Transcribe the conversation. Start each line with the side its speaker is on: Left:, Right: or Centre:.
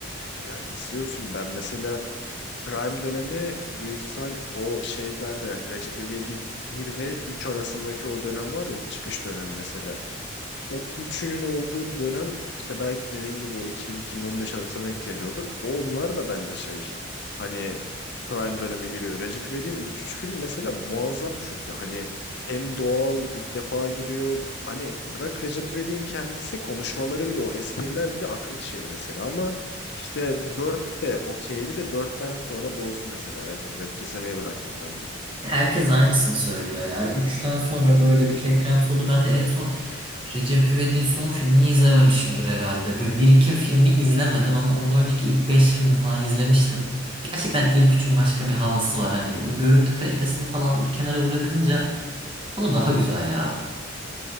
Left: Ya izliyorsun ben mesela Prime dönemi büyük ihtimal o şeylerde yani Recep İvedik bir ve 3 arasındaki o dönem var ya onun çıkış dönemi mesela o üçünün olduğu dönem işte belki dediğin gibi o 2000-2015 arasına denk geliyordur. Onlar da bence şey hani prime döneme giriyor. Recep İvedik'in ilk üç film mesela muazzam çünkü hani hem doğal ilk defa giriyor. Hani bırak Recep İvedik'in kendisi konuşmaları bile o espriler bile akıl şeyi mesela ama işte 4 de okeydi de dörtten sonra bozdu mesela Recep İvedik izlemeyi bıraktım ben de.
Right: Herkes aynısını söylüyor ya. Üçten sonra böyle bir kekremsi oldu. Ben de en son Recep İvedik'in son filmini izlememişimdir herhalde. Böyle bir iki filmi izlemedim ama ondan önceki ilk beş filmi falan izlemiştim. Gerçekten ilk üçün başka bir havası var hani. Bu Görüntü kalitesini falan bir kenara bırakınca konu daha güzel ya.